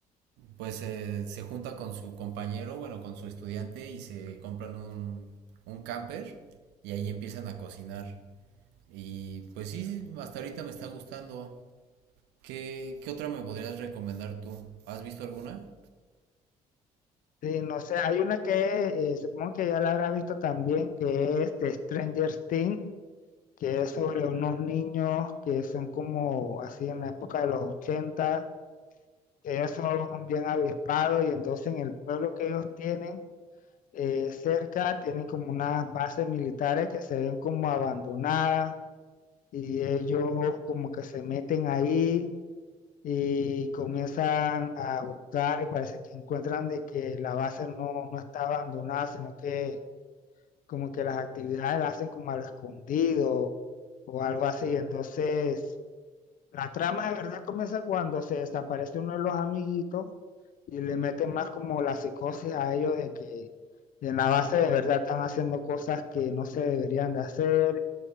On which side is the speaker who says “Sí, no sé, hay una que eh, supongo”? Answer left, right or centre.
Left